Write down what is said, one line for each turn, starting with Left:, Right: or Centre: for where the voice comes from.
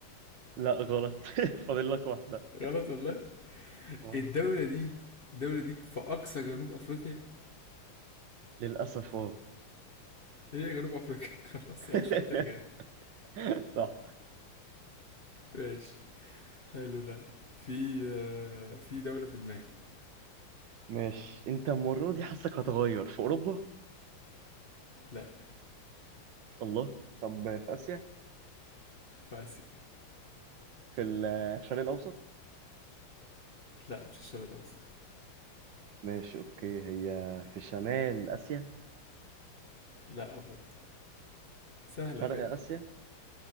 Right: لا غلط <laughs> فاضل لك واحدة
Left: غلط والله
Right: آه.
Left: الدولة دي الدولة دي في اقصى جنوب افريقيا
Right: للأسف اه
Left: هي جنوب افريقيا <laughs> خلاص
Right: <laughs>
Left: يعني مش محتاجة
Right: صح
Left: ماشي حلو ده في آه، في دولة في دماغي
Right: ماشي انت المرة دي حاسك هتغير في أوروبا
Left: لا
Right: الله طب في آسيا
Left: في اسيا
Right: في الشرق الأوسط
Left: لا مش الشرق الاوسط
Right: ماشي أوكي هي في شمال آسيا
Left: لا برضه سهلة
Right: شرق
Left: بجد
Right: آسيا